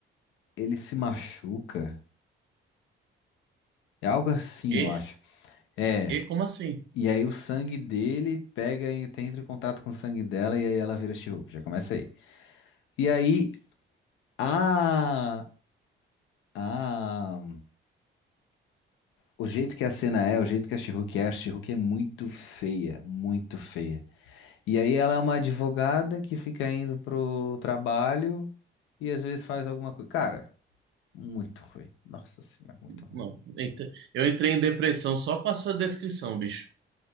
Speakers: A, on the left; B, on the right.
A: ele se machuca. É algo assim,
B: Quê?
A: eu acho. É.
B: Quê? Como assim?
A: E aí o sangue dele pega e tem entra em contato com o sangue dela e aí ela vira She-Hulk. Já começa aí. E aí a a O jeito que a cena é, o jeito que a she é, a she é muito feia, muito feia. E aí ela é uma advogada que fica indo pro trabalho e às vezes faz alguma coisa. Cara, muito ruim. Nossa senhora, muito ruim.
B: Não. Eita. Eu entrei em depressão só com a sua descrição, bicho.